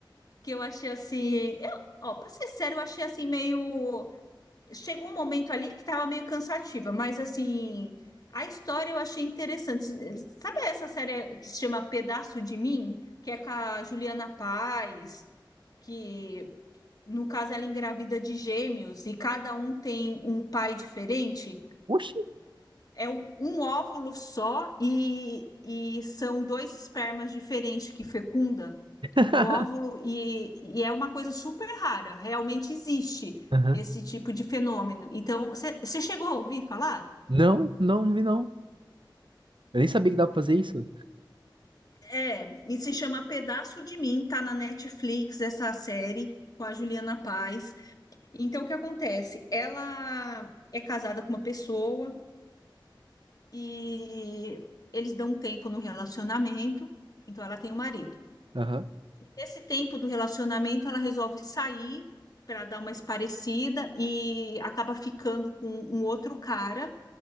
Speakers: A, on the left; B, on the right.
A: que eu achei assim. Eu, ó, pra ser sério, eu achei assim meio. Chegou um momento ali que tava meio cansativa, mas assim. A história eu achei interessante. Sabe essa série que se chama Pedaço de Mim? Que é com a Juliana Paz, que No caso, ela engravida de gêmeos e cada um tem um pai diferente.
B: Oxi!
A: É um, um óvulo só e, e são dois espermas diferentes que fecunda
B: <laughs>
A: o óvulo e, e é uma coisa super rara. Realmente existe
B: Aham.
A: esse tipo de fenômeno. Então, você chegou a ouvir falar?
B: Não, não, não vi não. Eu nem sabia que dava pra fazer isso.
A: É, e se chama Pedaço de Mim, tá na Netflix essa série com a Juliana Paz. Então, o que acontece? Ela é casada com uma pessoa e eles dão um tempo no relacionamento, então ela tem o um marido.
B: Aham.
A: Nesse tempo do relacionamento, ela resolve sair para dar uma esparecida e acaba ficando com um outro cara,